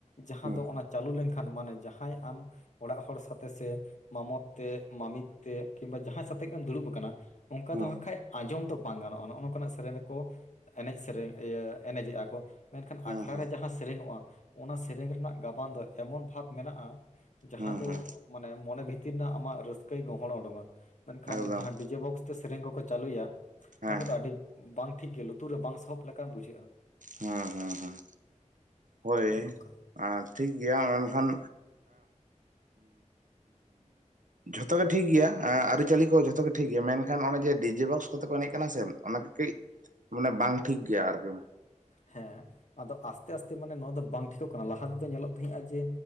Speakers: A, on the left; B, on the right.
A: ᱡᱟᱦᱟᱸ
B: ᱦᱩᱸ
A: ᱫᱚ ᱚᱱᱟᱼᱼ ᱪᱟᱹᱞᱩ ᱞᱮᱱ ᱠᱷᱟᱱ ᱢᱟᱱᱮ ᱡᱟᱦᱟᱸᱭ ᱟᱢᱼᱼ ᱚᱲᱟᱜ ᱦᱚᱲ ᱥᱟᱛᱮ ᱥᱮ ᱢᱟᱢᱚᱛ ᱛᱮ, ᱢᱟᱢᱤᱛ ᱛᱮ, ᱠᱤᱢᱵᱟ ᱡᱟᱦᱟᱸᱭ ᱥᱟᱛᱮᱜ ᱜᱮᱢ ᱫᱩᱲᱩᱵ ᱟᱠᱟᱱᱟ᱾ ᱚᱱᱠᱟ
B: ᱦᱩᱸ
A: ᱫᱚ ᱟᱠᱷᱟᱡᱼᱼ ᱟᱸᱡᱚᱢ ᱫᱚ ᱵᱟᱝ ᱜᱟᱱᱚᱜᱼᱟ ᱱᱚᱜᱼᱚ ᱱᱚᱝ ᱠᱟᱱᱟᱜ ᱥᱮᱨᱮᱧ ᱨᱮᱠᱚ ᱮᱱᱮᱡ ᱥᱮᱨᱮᱧ ᱮᱱᱮᱡᱮᱜᱼᱟ ᱠᱚ᱾ ᱢᱮᱱ ᱠᱷᱟᱱ
B: ᱦᱩᱸ
A: ᱟᱠᱷᱲᱟ
B: ᱦᱩᱸ
A: ᱨᱮ ᱡᱟᱦᱟᱸ ᱥᱮᱨᱮᱧᱚᱜᱼᱟ ᱚᱱᱟ ᱥᱮᱨᱮᱧ ᱨᱮᱱᱟᱜ ᱜᱟᱵᱟᱱ ᱫᱚ ᱮᱢᱚᱱ ᱵᱷᱟᱵᱽ ᱢᱮᱱᱟᱜᱼᱟ ᱡᱟᱸᱦᱟ
B: ᱦᱩᱸ
A: ᱫᱚ
B: ᱦᱩᱸ
A: ᱢᱟᱱᱮ ᱢᱚᱱᱮ ᱵᱷᱤᱛᱤᱨ ᱨᱮᱱᱟᱜ ᱟᱢᱟᱜ ᱨᱟᱹᱥᱠᱟᱹᱭ ᱜᱚᱦᱚᱲ ᱚᱰᱩᱠᱟᱼᱟ ᱢᱮᱱ ᱠᱷᱟᱱ
B: ᱮᱠᱫᱚᱢ
A: ᱡᱟᱸᱦᱟ ᱵᱤᱼᱼ ᱰᱤᱡᱮ ᱵᱚᱠᱥ ᱛᱮ ᱥᱮᱨᱮᱧ ᱠᱚᱠᱚ ᱪᱟᱹᱞᱩᱭᱟ
B: ᱦᱮᱸ
A: ᱚᱱᱟ ᱠᱚᱫᱚ ᱟᱹᱰᱤ ᱵᱟᱝ ᱴᱷᱤᱠ ᱜᱮ ᱞᱩᱛᱩᱨ ᱨᱮ ᱵᱟᱝ ᱥᱟᱦᱚᱵ ᱞᱮᱠᱟ ᱵᱩᱡᱷᱟᱹᱜᱼᱟ᱾
B: ᱦᱮᱸ ᱦᱮᱸ ᱦᱮᱸ ᱦᱳᱭ᱾
A: ᱱᱚᱜᱼᱚ ᱱᱚᱝᱠᱟ
B: ᱟᱨ ᱴᱷᱤᱠ ᱜᱮᱭᱟ ᱢᱮᱱ ᱠᱷᱟᱱᱼᱼ ᱡᱷᱚᱛᱚ ᱜᱮ ᱴᱷᱤᱠ ᱜᱮᱭᱟ ᱟᱹᱨᱤᱪᱟᱹᱞᱤ ᱠᱚ ᱡᱷᱚᱛᱚ ᱜᱮ ᱴᱷᱤᱠ ᱜᱮᱭᱟ ᱢᱮᱱ ᱠᱷᱟᱱ ᱚᱱᱮ ᱡᱮ ᱰᱤᱡᱮ ᱵᱚᱠᱥ ᱛᱮᱠᱚ ᱮᱱᱮᱡ ᱠᱟᱱᱟ ᱥᱮ ᱚᱱᱟ ᱜᱮ ᱠᱟᱹᱡ ᱢᱟᱱᱮ ᱵᱟᱝ ᱴᱷᱤᱠ ᱜᱮᱭᱟ ᱟᱨᱠᱤ᱾
A: ᱦᱮᱸ᱾ ᱟᱫᱚ ᱟᱥᱛᱮ ᱟᱥᱛᱮ ᱢᱟᱱᱮ ᱱᱚᱣᱟ ᱫᱚ ᱵᱟᱝ ᱴᱷᱤᱠᱚᱜ ᱠᱟᱱᱟ ᱞᱟᱦᱟ ᱛᱮᱫᱚ ᱧᱮᱞᱚᱜ ᱛᱟᱦᱮᱸᱫᱼᱟ ᱡᱮ